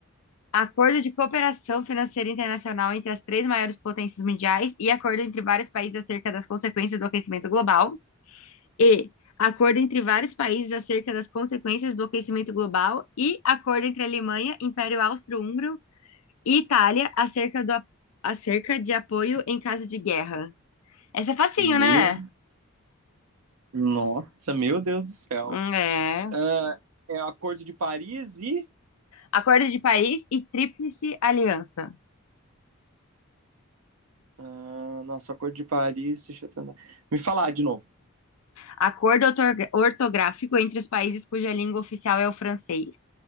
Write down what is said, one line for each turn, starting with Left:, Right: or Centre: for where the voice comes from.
Left: Acordo de cooperação financeira internacional entre as três maiores potências mundiais e acordo entre vários países acerca das consequências do aquecimento global. E acordo entre vários países acerca das consequências do aquecimento global e acordo entre Alemanha, Império Austro-Húngaro e Itália acerca do, a- acerca de apoio em caso de guerra. Essa é facinho,
Right: Meu,
Left: né?
Right: nossa, meu Deus do céu.
Left: Hum, É.
Right: Ah, é o Acordo de Paris e
Left: Acordo de país e tríplice aliança.
Right: Ah, nossa, Acordo de Paris, deixa eu tentar. Me falar de novo.
Left: Acordo ortorga- ortográfico entre os países cuja língua oficial é o francês.